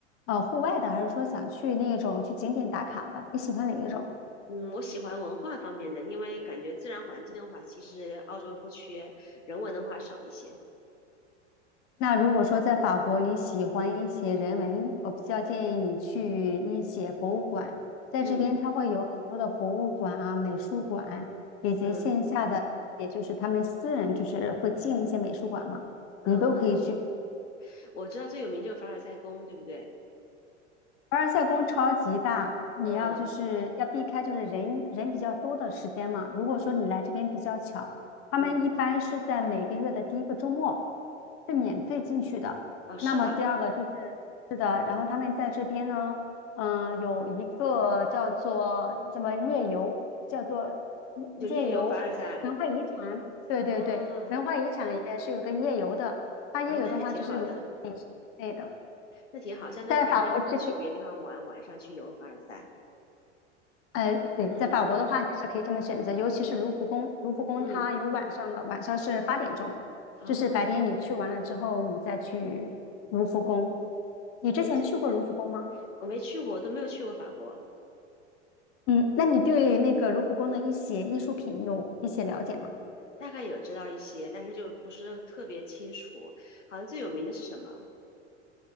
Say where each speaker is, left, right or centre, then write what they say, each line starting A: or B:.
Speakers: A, on the left (about 40°); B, on the left (about 85°).
A: 呃户外的，还是说想去那种去景点打卡的？你喜欢哪一种？
B: 嗯，我喜欢文化方面的，因为感觉自然环境的话，其实澳洲不缺，人文的话少一些。
A: 那如果说在法国你喜欢一些人文，我比较建议你去一些博物馆，在这边它会有很多的博物馆啊、
B: 嗯
A: 美术馆，以及线下的，
B: 嗯
A: 也就是他们私人就是会进一些美术馆嘛。
B: 嗯嗯，
A: 你都可以去
B: 我知道最有名就是凡尔赛宫，对不对？
A: 凡尔赛宫超级大，你要就是要避开就是人人比较多的时间嘛。
B: 嗯。
A: 如果说你来这边比较巧，他们一般是在每个月的第一个周末
B: 嗯，
A: 是免费进去的。
B: 哦，是吗？
A: 那么第二个就是是的，然后他们在这边呢，嗯、有一个叫做什么夜游，叫做
B: 就夜游凡尔赛
A: 夜游文化遗产，对对对，
B: 啊，
A: 文化遗产里面是有个夜游的，它夜游的话就是免费也是免费的。
B: 哦，那还挺好的，那挺好，相当于白天可以去别的地方玩，
A: 在法国这边
B: 晚上去游凡尔赛。
A: 呃，对，
B: 嗯
A: 在法国的话，你是可以这么选择，尤其是卢浮宫，卢浮宫它有晚上的，
B: 嗯，
A: 晚上是八点钟，
B: 哦，
A: 就是白天你去完了之后，你再去卢浮宫。你之前去过卢浮宫吗？
B: 诶，这我没去过，我都没有去过法国，
A: 嗯，那你对那个卢浮宫的一些艺术品有一些了解吗？
B: 大概有知道一些，但是就不是特别清楚。好像最有名的是什么？